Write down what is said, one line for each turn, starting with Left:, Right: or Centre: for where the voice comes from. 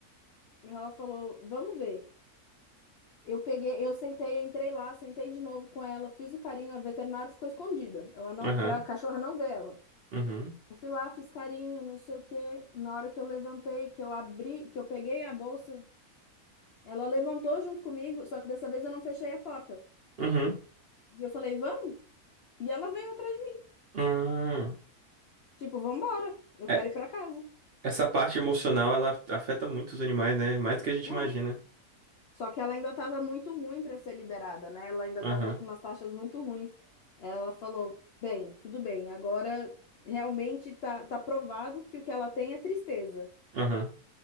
Left: E ela falou, vamos ver. Eu peguei, eu sentei, entrei lá, sentei de novo com ela, fiz o carinho, a veterinária ficou escondida. Ela não,
Right: aham,
Left: pra cachorra não ver ela.
Right: uhum,
Left: Eu fui lá, fiz carinho, não sei o quê. Na hora que eu levantei, que eu abri, que eu peguei a bolsa, ela levantou junto comigo, só que dessa vez eu não fechei a porta.
Right: uhum,
Left: E eu falei, vamos? E ela veio atrás de mim,
Right: uhum.
Left: tipo, vamos embora, eu
Right: É,
Left: quero ir pra casa.
Right: essa parte emocional, ela afeta muito os animais, né? Mais do que a gente
Left: É.
Right: imagina.
Left: Só que ela ainda estava muito ruim para ser liberada, né? Ela ainda
Right: Aham,
Left: estava com umas taxas muito ruins. Ela falou: bem, tudo bem, agora realmente tá, tá provado que o que ela tem é tristeza.
Right: aham,